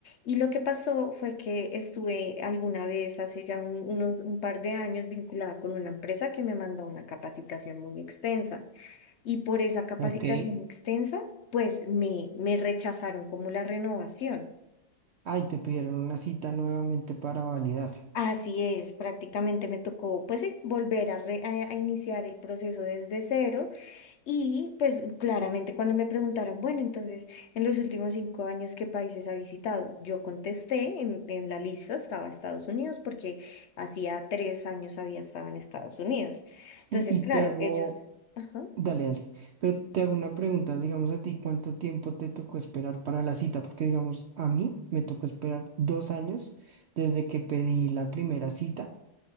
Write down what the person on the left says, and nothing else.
Y lo que pasó fue que estuve alguna vez hace ya un, unos, un par de años vinculada con una empresa que me mandó una capacitación muy extensa. Y por esa capacitación
extensa, pues me, me rechazaron como la renovación.
Así es, prácticamente me tocó pues eh, volver a, re- a- a iniciar el proceso desde cero y pues claramente cuando me preguntaron, bueno, entonces en los últimos cinco años, ¿qué países ha visitado? Yo contesté, en, en la lista estaba Estados Unidos porque hacía tres años había estado en Estados Unidos. Entonces,
claro,
Claro. ellos... Ajá.